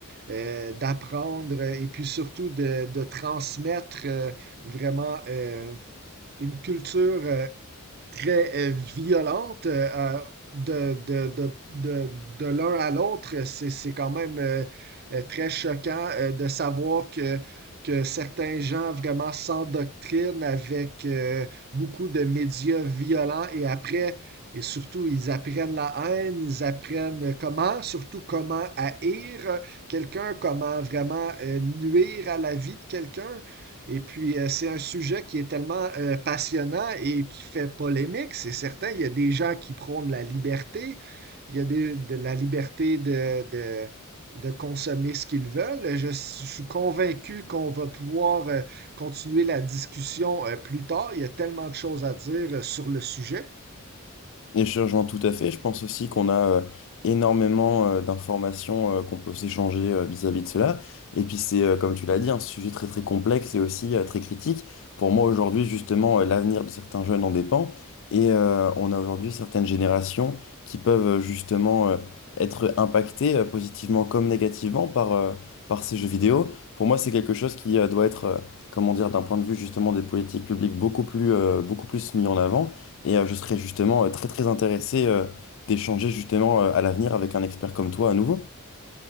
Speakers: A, on the right; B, on the left.
A: euh, d'apprendre euh, et puis surtout de, de transmettre euh, vraiment euh, une culture. euh, très euh, violente euh, euh, de, de, de, de, de l'un à l'autre. C'est, c'est quand même euh, euh, très choquant euh, de savoir que, que certains gens vraiment s'endoctrinent avec euh, beaucoup de médias violents et après, et surtout, ils apprennent la haine, ils apprennent comment, surtout comment haïr quelqu'un, comment vraiment euh, nuire à la vie de quelqu'un. Et puis, euh, c'est un sujet qui est tellement euh, passionnant et qui fait polémique, c'est certain. Il y a des gens qui prônent la liberté, il y a des- de la liberté de, de, de consommer ce qu'ils veulent. Je, suis je suis convaincu qu'on va pouvoir euh, continuer la discussion euh, plus tard. Il y a tellement de choses à dire euh, sur le sujet.
B: Et je rejoins tout à fait. Je pense aussi qu'on a euh, énormément euh, d'informations euh, qu'on peut s'échanger euh, vis-à-vis de cela. Et puis c'est, euh, comme tu l'as dit, un sujet très très complexe et aussi euh, très critique. Pour moi aujourd'hui, justement, euh, l'avenir de certains jeunes en dépend. Et euh, on a aujourd'hui certaines générations qui peuvent euh, justement euh, être impactées euh, positivement comme négativement par, euh, par ces jeux vidéo. Pour moi, c'est quelque chose qui euh, doit être, euh, comment dire, d'un point de vue justement des politiques publiques beaucoup plus, euh, beaucoup plus mis en avant et euh, je serais justement euh, très très intéressé euh, d'échanger justement euh, à l'avenir avec un expert comme toi à nouveau.